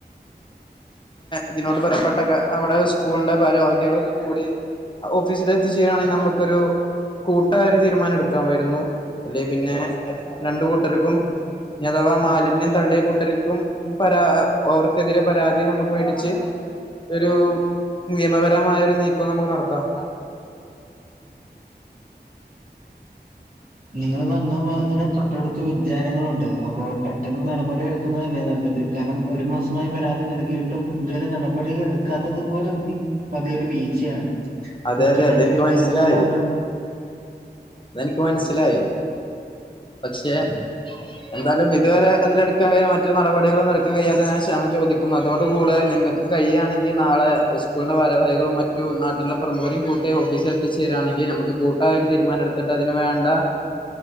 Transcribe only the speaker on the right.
ഇങ്ങള് പറഞ്ഞതു പോലെ തന്നെ തൊട്ടടുത്ത് വിദ്യാലയങ്ങളുംണ്ട് അപ്പോ പെട്ടെന്ന് നടപടി എടുക്കുന്നതല്ലേ നല്ലത് കാരണം ഒരു മാസമായി പരാതി നൽകിയിട്ട് ട്ടും ഇതുവരെ നടപടികൾ എടുക്കാത്തത് പോലും പതി യൊരു വീഴ്ചയാണ്
തൊട്ടടുത്ത്
വിദ്യാലയങ്ങൾ
ഉണ്ടാകുമ്പോൾ